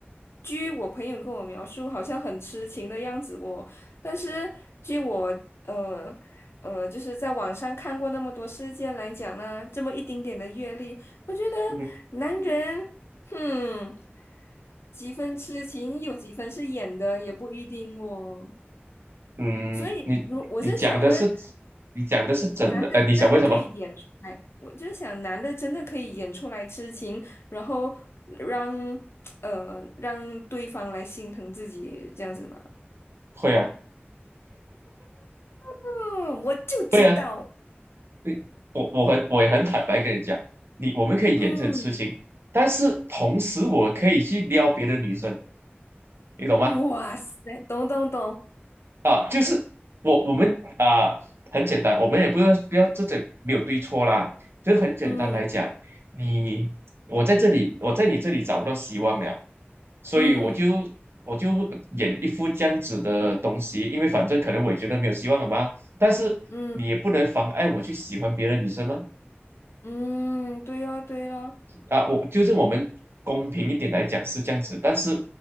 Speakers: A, on the left; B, on the right.
A: 据我朋友跟我描述，好像很痴情的样子哦。但是据我呃呃，就是在网上看过那么多事件来讲呢，这么一丁点的阅历，我觉得
B: 嗯哼。
A: 男人，哼，几分痴情有几分是演的，也不一定哦。
B: 嗯，
A: 所以，
B: 你你讲的是
A: 如我是想问，
B: 你讲的是真的，
A: 男的真的可以演出来，
B: 呃，你想问什么？
A: 我就想男的真的可以演出来痴情，然后让呃让对方来心疼自己这样子吗？
B: 会啊，
A: 啊，我就知道，
B: 会啊，你我我很我也很坦白跟你讲，你我们可以演这种事情，
A: 嗯，
B: 但是同时我可以去撩别的女生，你懂吗？
A: 哇塞，懂懂懂，
B: 啊，就是我我们啊、很简单，我们也不要不要这种没有对错啦，就是很简单来讲，
A: 嗯
B: 你我在这里我在你这里找不到希望了，所以我就我就演一副这样子的东西，
A: 嗯
B: 因为反正可能我也觉得没有希望了嘛。但是你也不能妨碍我去喜欢别的女生吗？
A: 嗯嗯，对哦对哦，
B: 啊，我就是我们公平一点来讲是这样子，但是